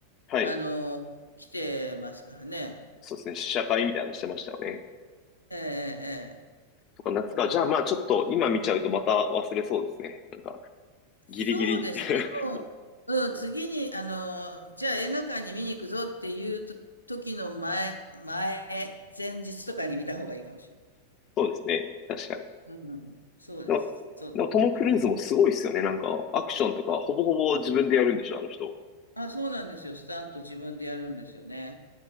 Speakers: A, on the left; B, on the left.
A: はい。
B: あの、来てますからね。
A: そうですね、試写会みたいなのしてましたよね。
B: ええ、ええ、え
A: とか、夏か。
B: えだから、
A: じゃあまあちょっと今見ちゃうとまた忘れそうですね。
B: 夏
A: なんか、
B: そうですね。
A: ギリギリ。<laughs>
B: もう、うん、次に、あの、じゃあ映画館に見に行くぞっていうと時の前、前、前日とかに見た方がいいかもしれ
A: そうですね。確かに。
B: ない。うん、そうです。
A: でも、
B: そうだと思います。
A: でもトム・クルーズもすごいですよね。なんか、アクションとかほぼほぼ自分でやるんでしょ、あの人。
B: あ、そうなんですよ。スタント自分でやるんですよね。